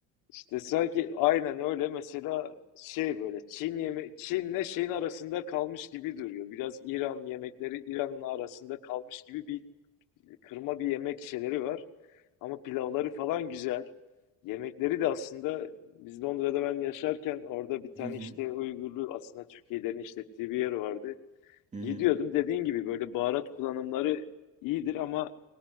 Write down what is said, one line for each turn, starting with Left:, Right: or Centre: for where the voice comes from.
Left: İşte sanki aynen öyle mesela şey böyle Çin yeme Çin'le şeyin arasında kalmış gibi duruyor. Biraz İran yemekleri İran'la arasında kalmış gibi bir kırma bir yemek şeyleri var. Ama pilavları falan güzel. Yemekleri de aslında biz Londra'da ben yaşarken orada bir tane
Right: Hı hı.
Left: işte Uygurlu aslında Türkiye'lerin işlettiği bir yer vardı.
Right: Hı
Left: Gidiyordum
Right: hı.
Left: dediğin gibi böyle baharat kullanımları iyidir ama